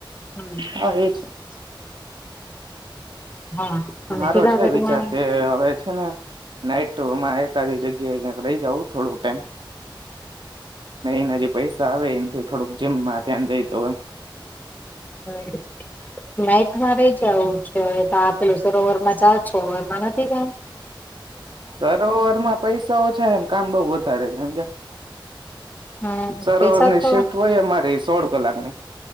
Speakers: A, on the left (about 20°); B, on the right (about 70°).
A: હમ
B: હા એ છે <inaudible>
A: હા અને
B: મારો
A: જુનાગઢમાં
B: છે વિચાર કે હવે છે ને નાઈટ ટુમાં એક જગ્યાએ ક્યાંક રહી જવું થોડું નજી પૈ આવે એમથી થોડુંક જીમમાં ધ્યાન દઈ તોમ
A: હ મેચમાં રહી જ આવું છે તો આપેલું સ ઓવરમાં જ છો ઓવરમાં નથી કમ
B: સરોવરમાં પૈસા ઓછા એમ કામ બઉ વધારે છે એમજ
A: હમ
B: સરોવરની
A: પૈસા તો
B: શિફ્ટ હોય અમારી સોળ લાગને